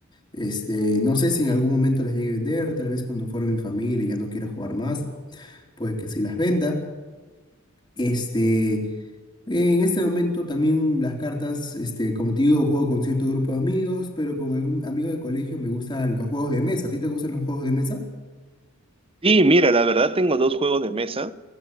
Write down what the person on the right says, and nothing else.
Sí, mira, la verdad tengo dos juegos de mesa